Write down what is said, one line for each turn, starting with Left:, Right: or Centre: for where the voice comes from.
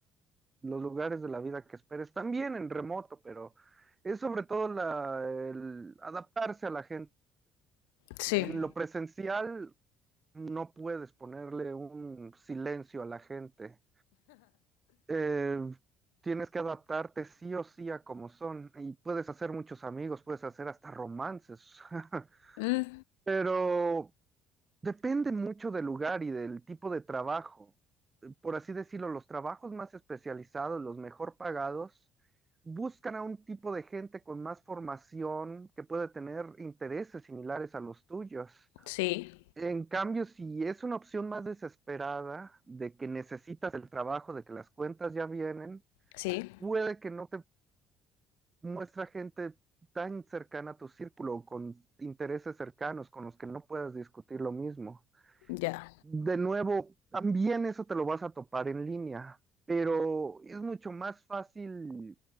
Right: los lugares de la vida que esperes, también en remoto, pero es sobre todo la, el adaptarse a la gente.
Left: sí,
Right: En lo presencial no puedes ponerle un silencio a la gente. Eh, tienes que adaptarte sí o sí a como son y puedes hacer muchos amigos, puedes hacer hasta romances. <laughs>
Left: mm,
Right: Pero depende mucho del lugar y del tipo de trabajo. Por así decirlo, los trabajos más especializados, los mejor pagados, buscan a un tipo de gente con más formación que puede tener intereses similares a los tuyos.
Left: sí,
Right: En cambio, si es una opción más desesperada de que necesitas el trabajo, de que las cuentas ya vienen,
Left: sí,
Right: puede que no te muestra gente tan cercana a tu círculo, o con intereses cercanos con los que no puedas discutir lo mismo.
Left: ya,
Right: De nuevo, también eso te lo vas a topar en línea, pero es mucho más fácil